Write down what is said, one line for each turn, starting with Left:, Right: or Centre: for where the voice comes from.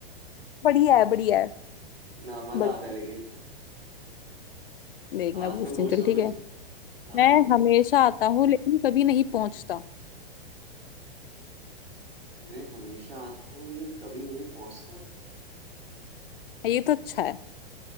Left: बढ़िया है बढ़िया है
Right: ना मजा
Left: बढ़िया
Right: आता है लेकिन
Left: देख
Right: हाँ
Left: मैं पूछती
Right: तुम पूछो
Left: हूँ चल ठीक
Right: कुछ
Left: है
Right: हाँ
Left: मैं हमेशा आता हूँ लेकिन कभी नहीं पहुंचता
Right: मैं हमेशा आता हूँ लेकिन कभी नहीं पहुंचता
Left: ये तो अच्छा है